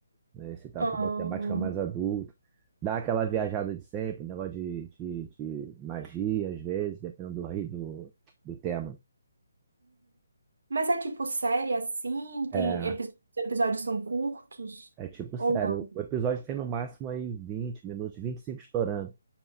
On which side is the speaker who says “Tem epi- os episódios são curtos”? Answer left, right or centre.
Right